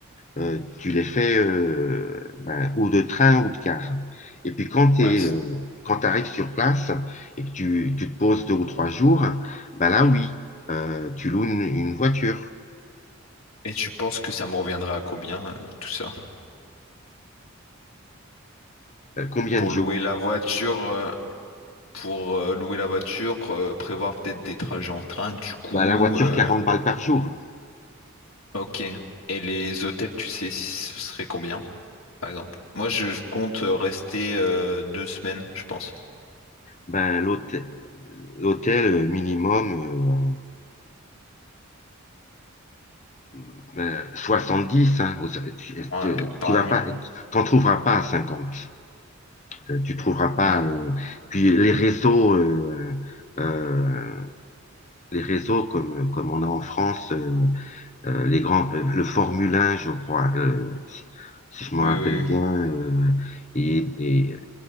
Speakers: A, on the left; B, on the left.
A: euh, tu les fais euh, ben, ou de train ou de car. Et puis quand tu
B: ouais,
A: euh,
B: c'est-
A: quand tu arrives sur place et que tu, tu te poses deux ou trois jours, ben là oui, euh, tu loues une, une voiture.
B: Et tu penses que ça me reviendra à combien, euh, tout ça?
A: Euh, combien
B: Pour
A: de jours?
B: louer la voiture, euh, pour euh, louer la voiture, euh, prévoir peut-être des trajets en train, du coup.
A: Ben, la voiture
B: euh,
A: 40 balles par jour.
B: Ok. Et les hôtels, tu sais, ce serait combien, par exemple? Moi, je, je compte euh, rester euh, deux semaines, je pense.
A: Ben, l'hôtel, l'hôtel euh, minimum euh, ben, 70. hein. Au- so-, tu,
B: Ouais,
A: tu-
B: par
A: tu vas
B: nuit.
A: pas, t'en trouveras pas à 50. Euh, Tu trouveras pas.
B: Ouais.
A: euh, puis les réseaux. euh, euh, les réseaux comme, euh, comme on a en France, euh, euh, les grands, euh, le Formule 1, je crois, euh, si, si je me rappelle
B: Oui, oui,
A: bien,
B: oui.
A: euh, et, et, euh,